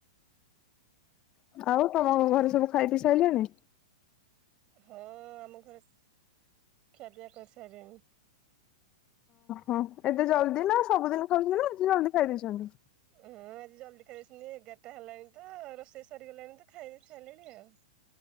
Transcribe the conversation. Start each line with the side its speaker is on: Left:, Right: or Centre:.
Left: ଆଉ ତମ ଘରେ ସବୁ ଖାଇ ପି ସାଇଲେଣି?
Right: ହଁ ଆମ ଘରେ ଖଆପିଆ କରିସ୍ ତାରିଣୀ।
Left: ହଁ ଏତେ ଜଲଦି ନା ସବୁଦିନ ଖାଉଛନ୍ତି ନା ଜଲଦି ଖାଇଦେଇଛନ୍ତି।
Right: ହଁ ଆଜି ଜଲ୍ଦି ଖାଇଦେଇଛନ୍ତି। ଏଗାରଟା ହେଲାଣି ତ ରୋଷେଇ ସରିିଗଲାଣି ତ ଖାଇସାଇଲେଣି ଆଉ।